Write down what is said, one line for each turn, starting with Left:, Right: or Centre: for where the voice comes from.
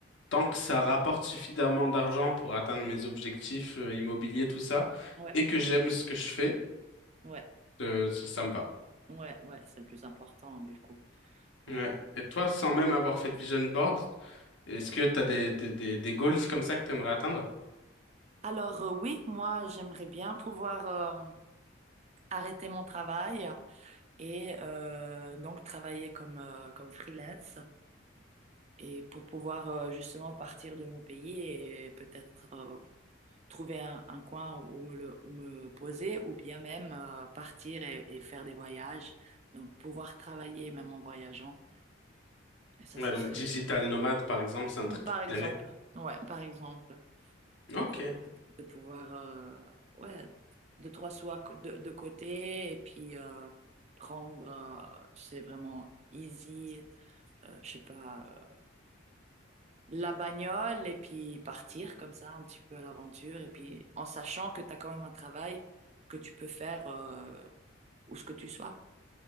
Left: Tant que ça rapporte suffisamment d'argent pour atteindre mes objectifs euh, immobiliers, tout ça,
Right: Ouais,
Left: et que j'aime ce que je fais,
Right: ouais,
Left: euh, ça, ça me va.
Right: ouais, ouais, c'est le plus important, du coup. Ouais.
Left: Ouais. Et toi, sans même avoir fait de vision board, est-ce que t'as des, des, des, des goals comme ça que t'aimerais atteindre?
Right: Alors, euh, oui, moi, j'aimerais bien pouvoir euh, arrêter mon travail et euh, donc travailler comme, euh, comme freelance. et pour pouvoir euh, justement partir de mon pays et peut-être euh, trouver un, un coin où me, le- où me poser ou bien même euh, partir et, et faire des voyages. Donc pouvoir travailler même en voyageant. Et ça,
Left: Ouais,
Right: ce
Left: donc
Right: serait,
Left: digital nomade, par exemple, c'est un
Right: ou
Left: truc
Right: par
Left: qui te
Right: exemple,
Left: plairait.
Right: ouais, par exemple,
Left: Ok.
Right: de, de pouvoir, euh, ouais, deux, trois sous à co- de, de côté et puis euh, prendre, euh, tu sais, vraiment easy, euh, je sais pas. euh, la bagnole et puis partir comme ça un petit peu à l'aventure et puis en sachant que tu as quand même un travail que tu peux faire euh, où ce que tu sois.